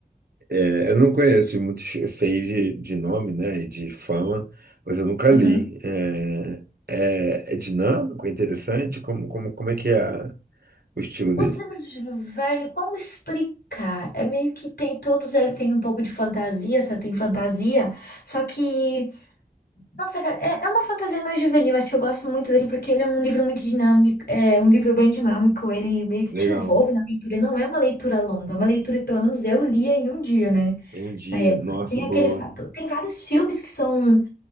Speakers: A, on the right (about 80°); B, on the left (about 80°).
A: É, eu não conheço muitos, eu sei de, de nome, né, e de fama, mas eu nunca
B: Uhum.
A: li. É, é, é dinâmico, é interessante, como, como, como é que é a- o estilo
B: Os
A: dele?
B: livros de Júlio Verne, como explicar? É meio que tem todos eles têm um pouco de fantasia, só tem fantasia, só que Nossa, cara, é, é uma fantasia mais juvenil. Acho que eu gosto muito dele porque ele é um livro muito dinâmico, é um livro bem dinâmico. Ele meio que
A: Legal.
B: te envolve na leitura. Não é uma leitura longa, é uma leitura que pelo menos eu lia em um dia, né?
A: Tem um dia,
B: Na época.
A: nossa,
B: Tem
A: boa,
B: aquele fato, tem vários filmes que são